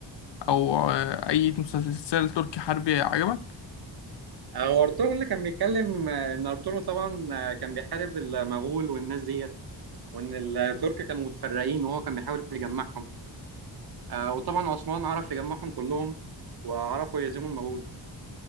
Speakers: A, on the left (about 65°); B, on the right (about 55°).
A: او اي مسلسل تركي حربي عجبك
B: هو ارطغرل كان بيتكلم آه، ان ارطغرل طبعا آه، كان بيحارب المغول والناس ديت وان الترك كانوا متفرقين وهو كان بيحاول يجمعهم آه، وطبعا عثمان عرف يجمعهم كلهم وعرفوا يهزموا المغول